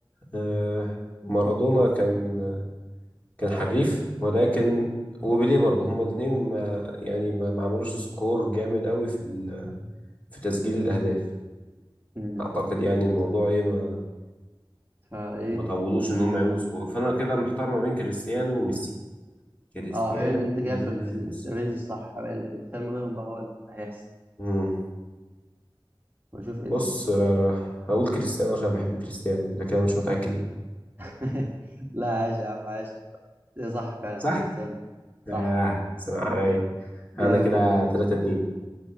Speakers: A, on the left; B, on the right.
A: آه، مارادونا كان كان حريف ولكن وبيليه برضه هما الاثنين ما يعني ما ما عملوش سكور جامد قوي في ال... في تسجيل الاهداف
B: مم.
A: اعتقد يعني الموضوع ايه ما
B: فايه
A: ما طولوش ان هم يعملوا سكور فانا كده محتار ما بين كريستيانو وميسي كريستيانو
B: اه هي انت كده
A: ولا
B: في في
A: ميسي
B: الرينج الصح الخير ما بينهم بقى هو اللي هيحسب
A: مم.
B: واشوف ايه
A: بص
B: الدنيا
A: آه، هقول كريستيانو عشان بحب كريستيانو لكن انا مش متأكد ايه
B: <laughs> لا عاش يا عم عاش ده صح فعلا
A: صح؟
B: كريستيانو صح
A: آه سلام عليا
B: جامد
A: انا كده
B: جامد
A: 3 2